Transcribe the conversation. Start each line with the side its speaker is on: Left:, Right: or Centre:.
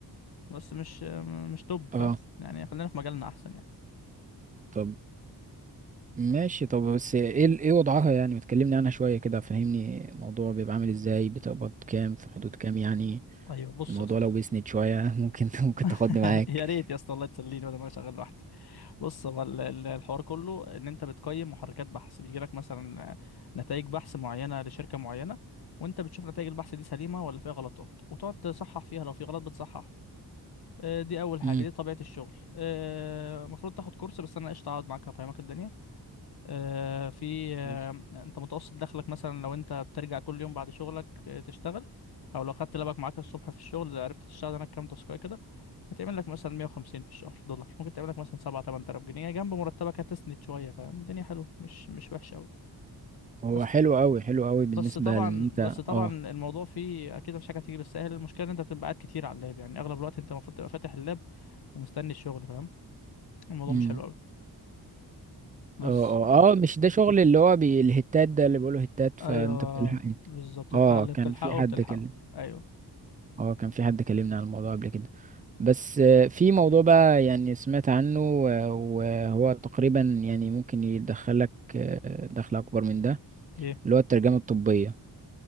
Left: بس مش مش توب فاهم
Right: اه
Left: يعني خلينا في مجالنا احسن يعني
Right: طب ماشي طب بس ايه ال- ايه وضعها يعني ما تكلمني عنها شوية كده فهمني الموضوع بيبقى عامل ازاي بتقبض كام في حدود كام يعني
Left: ايوه بص
Right: الموضوع
Left: يا اسطى
Right: لو بيسند شوية <laughs> ممكن ممكن تاخدني
Left: <laughs>
Right: معاك
Left: يا ريت يا اسطى الله تسليني بدل ما أنا شغال لوحدي بص هو ال- ال- الحوار كله ان انت بتقيم محركات بحث بيجي لك مثلا نتائج بحث معينه لشركه معينه وانت بتشوف نتائج البحث دي سليمه ولا فيها غلطات وتقعد تصحح فيها لو في غلط بتصححه آه، دي اول حاجه
Right: امم
Left: دي طبيعه الشغل آه، المفروض تاخد كورس بس انا قشطه اقعد معاك افهمك الدنيا آه، في آه،
Right: كويس
Left: انت متوسط دخلك مثلا لو انت بترجع كل يوم بعد شغلك آه، تشتغل او لو خدت لابك معاك الصبح في الشغل عرفت تشتغل هناك كام تاسكايه كده هتعمل لك مثلا 150 في الشهر دولار ممكن تعمل لك مثلا 7 8000 جنيه جنب مرتبك هتسند شويه فاهم الدنيا حلوه مش مش وحشه قوي
Right: هو
Left: بس
Right: حلو أوي حلو أوي بالنسبة
Left: بس طبعا
Right: لأن أنت
Left: بس طبعا
Right: اه
Left: الموضوع فيه اكيد مفيش حاجه بتيجي بالسهل المشكله ان انت بتبقى قاعد كتير على اللاب يعني اغلب الوقت انت المفروض تبقى فاتح اللاب ومستني الشغل فاهم الموضوع
Right: امم
Left: مش حلو قوي بس
Right: اه اه
Left: آه،
Right: اه مش ده شغل اللي هو بي... الهتات ده اللي بيقولوا هتات فأنت
Left: ايوه
Right: بتلحق هت.
Left: بالظبط انت
Right: اه
Left: اللي بتلحقه
Right: كان في حد
Left: بتلحقه
Right: كلم
Left: ايوه
Right: اه كان في حد كلمنا عن الموضوع قبل كده بس آه، في موضوع بقى يعني سمعت عنه آه، وهو تقريبا يعني ممكن يدخلك آه، دخل أكبر من ده
Left: ايه
Right: اللي هو الترجمة الطبية